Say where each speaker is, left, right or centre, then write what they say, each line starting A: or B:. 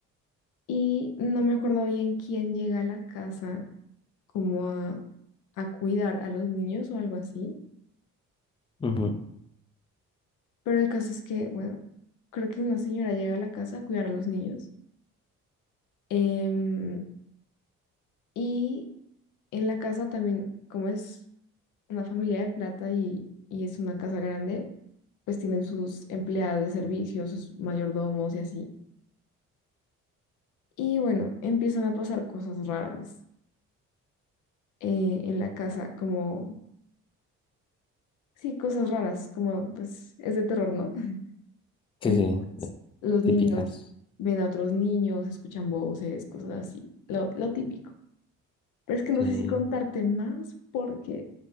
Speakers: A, on the left; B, on the left.
A: y no me acuerdo bien quién llega a la casa como a, a cuidar a los niños o algo así
B: ujú.
A: Pero el caso es que, bueno, creo que una señora llega a la casa a cuidar a los niños. em, y en la casa también, como es una familia de plata y, y es una casa grande, pues tienen sus empleados de servicio, sus mayordomos y así. Y bueno, empiezan a pasar cosas raras eh, en la casa, como, sí, cosas raras, como pues es de terror, ¿no? <laughs>
B: Sí,
A: Entonces,
B: sí,
A: los
B: típicas.
A: niños ven a otros niños, escuchan voces, cosas así, lo, lo típico. Pero es que no
B: Sí,
A: sé si contarte más porque